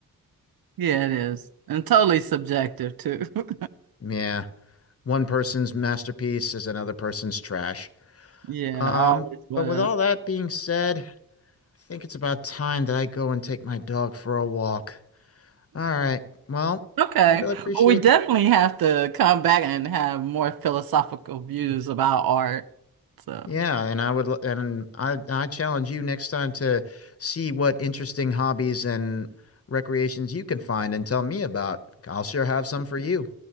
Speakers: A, on the right; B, on the left.
A: yeah, it is. And totally subjective too. <laughs>
B: Yeah, one person's masterpiece is another person's trash.
A: Yeah,
B: Um,
A: I always was.
B: but with all that being said, I think it's about time that I go and take my dog for a walk. All right. Well,
A: Okay.
B: I really appreciate
A: Well, we definitely
B: the
A: have to come back and have more philosophical views about art. So
B: yeah, and I would l- and I I challenge you next time to see what interesting hobbies and recreations you can find and tell me about. I'll sure have some for you.